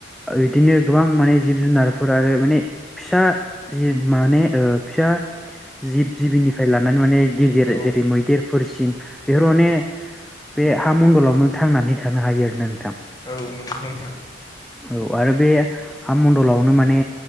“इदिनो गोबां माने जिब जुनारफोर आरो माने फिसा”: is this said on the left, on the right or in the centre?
Centre